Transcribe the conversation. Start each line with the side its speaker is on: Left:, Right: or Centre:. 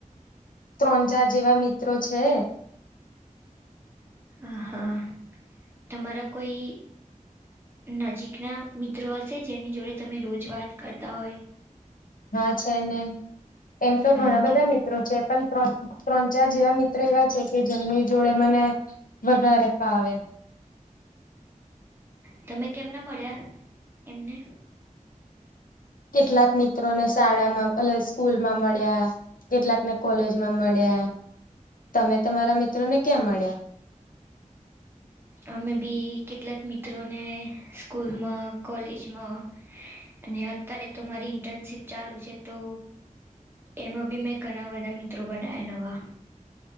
Left: ત્રણ ચાર જેવા મિત્રો છે
Right: અહા તમારા કોઈ નજીકના મિત્રો હશે જેની જોડે તમે રોજ વાત કરતા હોય
Left: હા છે ને એમ તો ઘણા
Right: હા
Left: બધા
Right: કે
Left: મિત્રો છે પણ ત્રણ ચાર જેવા મિત્ર એવા છે કે જેમની જોડે મને વધારે ફાવે
Right: તમે કેમના મળ્યા એમને
Left: કેટલાક મિત્રો ને શાળામાં એટલે સ્કૂલ માં મળ્યા કેટલાકને કોલેજ માં મળ્યા તમે તમારા મિત્રો ને ક્યાં મળ્યા
Right: અમે બી કેટલાક મિત્રોને સ્કૂલમાં કોલેજમાં અને અત્યારે તો મારી ઇન્ટર્નશીપ ચાલુ છે તો એમાં બી મેં ઘણા વધા મિત્રો બનાયા નવા